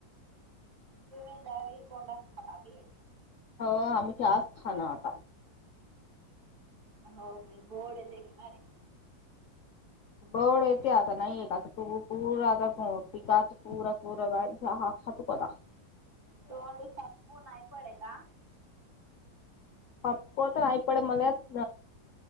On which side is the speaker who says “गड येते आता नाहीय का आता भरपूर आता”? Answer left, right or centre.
Left